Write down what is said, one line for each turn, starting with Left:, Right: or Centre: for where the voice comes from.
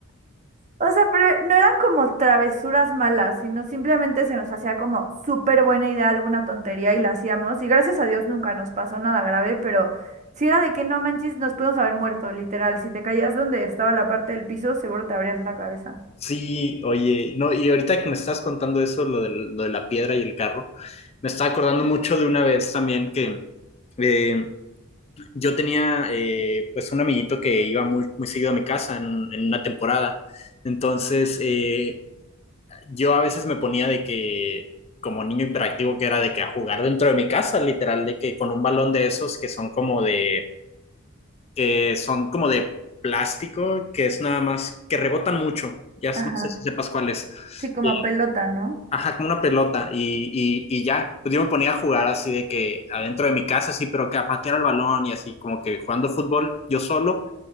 Right: O sea, pero no eran como travesuras malas, sino simplemente se nos hacía como súper buena idea alguna tontería y la hacíamos. Y gracias a Dios nunca nos pasó nada grave, pero si era de que no manches, nos pudimos haber muerto, literal. Si te caías donde estaba la parte del piso, seguro te abrías la cabeza.
Left: Sí, oye, no, y ahorita que me estás contando eso, lo de lo de la piedra y el carro, me estaba acordando mucho de una vez también que eh, yo tenía eh, pues un amiguito que iba muy, muy seguido a mi casa en, un- en una temporada. Entonces, eh, yo a veces me ponía de que, como niño hiperactivo que era, de que a jugar dentro de mi casa, literal, de que con un balón de esos que son como de, que son como de plástico, que es nada más, que rebotan mucho, ya no
Right: Ajá.
Left: sé si sepas cuál es.
Right: Sí, como
Left: Y-
Right: pelota, ¿no?
Left: Ajá, como una pelota y, y, y ya, pues yo me ponía a jugar así de que adentro de mi casa, sí, pero que a patear el balón y así, como que jugando fútbol yo solo